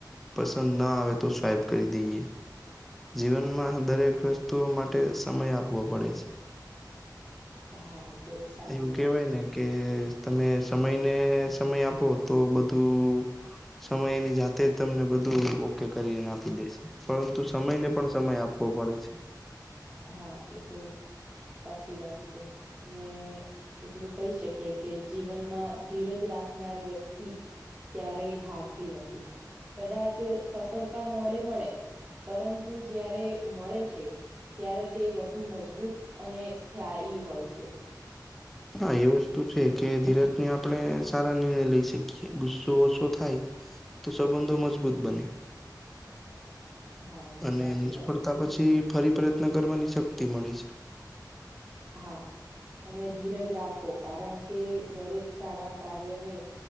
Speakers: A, in the centre; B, on the right (about 20°).
A: પસંદ ના આવે તો સ્વાઈપ કરી દઈએ, જીવનમાં દરેક વસ્તુઓ માટે સમય આપવો પડે છે.
B: હા એ તો સાચી
A: એવું કેવાય
B: વાત છે
A: ને, કે તમે સમયને સમય આપો તો બધું સમય એની જાતે જ તમને બધું ઓકે કરીને આપી દેશે, પરંતુ સમયને પણ સમય આપવો પડે છે.
B: હા, એ તો સાચી વાત છે ને એટલું કહી શકીએ, કે જીવનમાં ધીરજ રાખનાર વ્યક્તિ ક્યારેય હાર તી નથી કદાચ, પડતા મોડે મળે પરંતુ જયારે મળે છે, ત્યારે તે વધુ મજબૂત અને સ્થ્યાયી હોય છે.
A: હા, એ વસ્તુ છે કે ધીરજને આપણે સારા નિર્ણય લઈ શકીય, ગુસ્સો ઓછો થાય તો સંબંધો મજબૂત બને,
B: હા એ તો
A: અને
B: સાચી
A: નિષ્ફળતા
B: વાત છે
A: પછી ફરી પ્રયત્ન કરવાની શક્તિ મળે છે.
B: હા, અને ધીરજ રાખો કારણ કે દરેક સારા કાર્યને